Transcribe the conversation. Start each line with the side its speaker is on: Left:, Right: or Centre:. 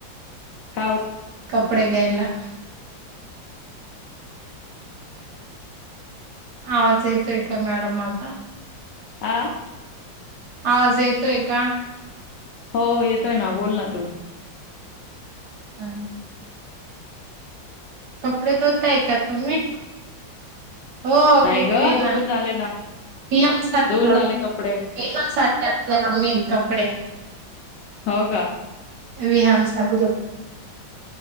Left: का
Right: कपडे घ्यायला आवाज येतोय का मॅडम माझा
Left: आ
Right: आवाज येतोय का
Left: हो येतोय ना बोल ना तू
Right: हा कपडे धोता आहे का तुम्ही हो घेतले
Left: नाही ग धुवून
Right: ना
Left: झाले ना.
Right: पीम सा झा
Left: धुवून झाले
Right: पम
Left: कपडे
Right: सा आम्ही इनकम पडे
Left: हो का
Right: विहान सग